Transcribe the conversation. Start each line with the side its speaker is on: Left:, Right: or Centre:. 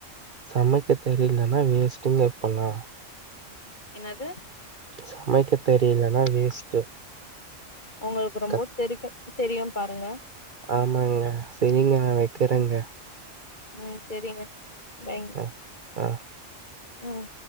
Right: சமைக்க தெரியலனா வேஸ்ட்டுங்க் இப்போல்லா
Left: என்னது
Right: சமைக்க தெரியலன்னா வேஸ்ட்டு
Left: உங்களுக்கு ரொம்ப
Right: கத்
Left: தெரிக்கு தெரியு பாருங்க
Right: ஆமாங்க செரிங்க நா வெக்கறேங்க
Left: ம் ம் சரிங்க வைய்ங்
Right: ஆ
Left: ம்